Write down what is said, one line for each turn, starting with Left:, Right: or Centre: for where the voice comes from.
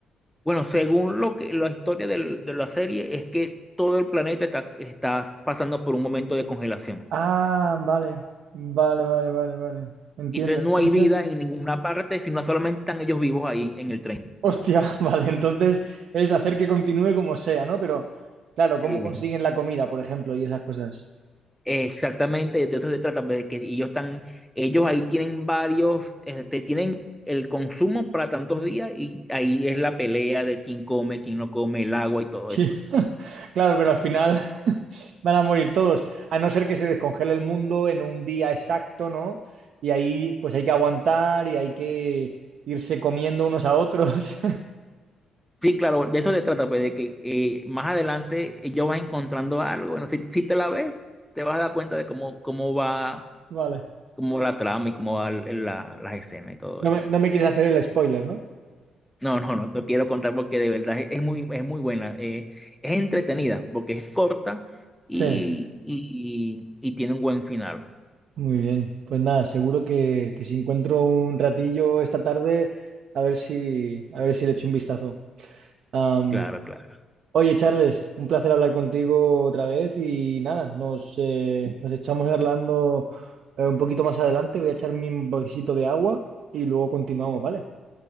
Centre: Bueno, según lo que la historia del- de la serie es que todo el planeta está, está pasando por un momento de congelación.
Right: Ah, vale, vale, vale, vale, vale. Entiendo.
Centre: Y entonces
Right: Entonces,
Centre: no hay vida en ninguna parte, sino solamente están ellos vivos ahí en el tren.
Right: hostia, <laughs> vale, entonces es hacer que continúe como sea, ¿no? Pero, claro, ¿cómo
Centre: Eh,
Right: consiguen la comida, por ejemplo, y esas cosas?
Centre: exactamente, de eso se trata, pues, de que ellos están, ellos ahí tienen varios, este, tienen el consumo para tantos días y ahí es la pelea de quién come, quién no come, el agua y todo eso.
Right: <laughs> Claro, pero al final <laughs> van a morir todos, a no ser que se descongele el mundo en un día exacto, ¿no? Y ahí pues hay que aguantar y hay que irse comiendo unos a otros.
Centre: Sí, claro, de eso se trata, pues, de que eh, más adelante eh, ya vas encontrando algo. Bueno, si, si te la ves, te vas a dar cuenta de cómo, cómo va,
Right: <laughs> Vale.
Centre: cómo va la trama y cómo van la- las escenas y todo eso.
Right: No me, no me quieres hacer el spoiler, ¿no?
Centre: No, no, no te quiero contar porque de verdad es, es muy, es muy buena. eh, es entretenida porque es corta y,
Right: Sí.
Centre: y, y tiene un buen final.
Right: Muy bien. Pues nada, seguro que, que si encuentro un ratillo esta tarde, a ver si, a ver si le echo un vistazo. Am,
Centre: Claro, claro.
Right: Oye, Charles, un placer hablar contigo otra vez y nada, nos, eh, nos echamos hablando eh, un poquito más adelante. Voy a echarme un poquito de agua y luego continuamos, ¿vale?